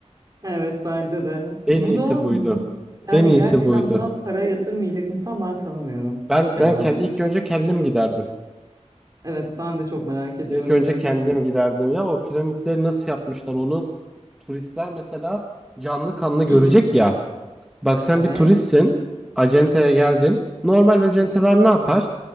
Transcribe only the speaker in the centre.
En
iyisi buydu.
En iyisi
buydu.
Ben
ben kendi ilk önce kendim giderdim.
İlk önce
kendim giderdim. Ya o piramitleri nasıl yapmışlar onu turistler mesela canlı kanlı görecek
ya. Bak sen
bir turistsin. Acenteye geldin. Normal acenteler ne yapar?